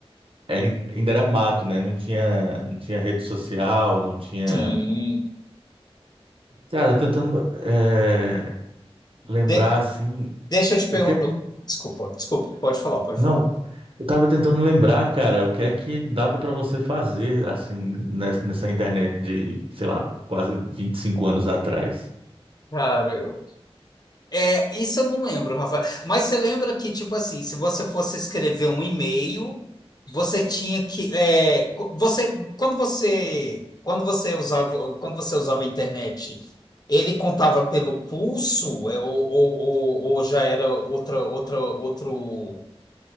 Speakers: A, on the right; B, on the left.
A: era- ainda era mato, né? Não tinha não tinha rede social, não tinha
B: Sim.
A: Cara, eu tentando é, lembrar
B: De-
A: assim,
B: Deixa eu te perguntar.
A: o que é que.
B: Desculpa, desculpa. Pode falar, pode
A: Não,
B: falar.
A: eu tava tentando lembrar, cara, o que é que dava para você fazer assim nessa, nessa internet de, sei lá, quase 25 anos atrás.
B: Cara, eu. É, isso eu não lembro, Rafael. Mas você lembra que, tipo assim, se você fosse escrever um e-mail, você tinha que. É, co- você, quando você. Quando você usava, quando você usava a internet, ele contava pelo pulso, é, ou, ou, ou, ou já era outra, outra, outro,